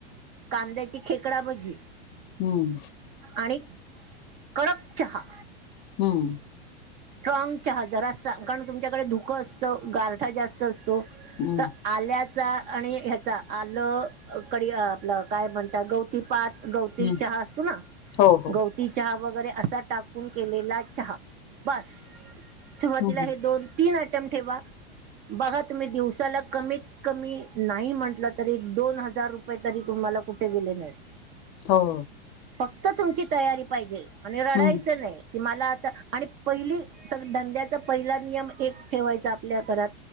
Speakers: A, on the right (about 25°); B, on the left (about 35°).
A: कांद्याची खेकडा भज्जी
B: हम्म
A: आणि कडक चहा.
B: हम्म
A: स्ट्रॉग चहा जरां असं, कारण तुमच्याकडे धुकं असतं गारठा जास्त असतो
B: हम्म
A: तर आल्याचा आणि ह्याचा आलं कडी आपलं काय म्हणता, गौती पात, गौती
B: हम्म
A: चहा असतोना
B: हो हो
A: गौत ती चहा वगैरे असा टाकून केलेला चहा, बसं सुरुवातीला
B: हम्म
A: हे दोन तीन आयटम ठेवा, बघा तुम्ही दिवसाला कमीत कमी, नाही म्हटलं तरी दोन हजार रुपये तरी तुम्हाला कुठे गेले नाहीत
B: हो.
A: फक्त तुमची तयारी पाहिजे आणि रडायचं
B: हम्म
A: नाही की मला आता आणि पहिली स धंद्याचा पहिला नियम एक ठेवायचा आपल्या घरात,